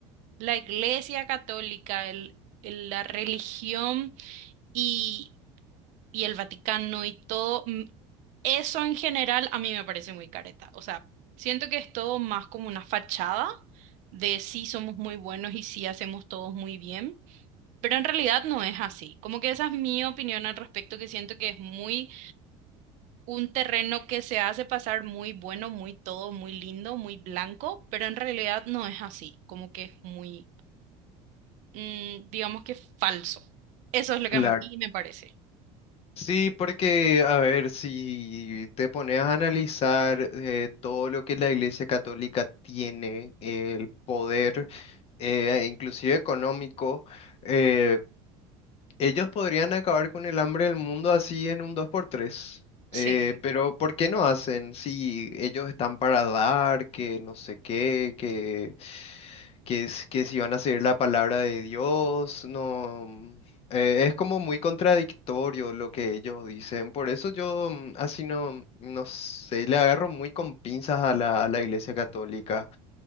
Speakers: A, on the right; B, on the left.
A: la Iglesia Católica, el, el- la religión y y el Vaticano y todo, mm, eso en general a mí me parece muy careta. O sea, siento que es todo más como una fachada de sí somos muy buenos y sí hacemos todos muy bien, pero en realidad no es así. Como que esa es mi opinión al respecto, que siento que es muy un terreno que se hace pasar muy bueno, muy todo, muy lindo, muy blanco, pero en realidad no es así. Como que es muy, mm, digamos que falso. Eso es lo
B: Claro.
A: que a mí me parece.
B: Sí, porque, a ver, si te pones a analizar eh, todo lo que la Iglesia Católica tiene, el poder, eh, inclusive económico, eh, Ellos podrían acabar con el hambre del mundo así en un dos por tres,
A: Sí,
B: Eh, pero ¿por qué no hacen? Si ellos están para dar, que no sé qué, que, que, es- que si van a seguir la palabra de Dios, no. Eh, es como muy contradictorio lo que ellos dicen. Por eso yo mm, así no, no sé, le agarro muy con pinzas a la, a la Iglesia Católica.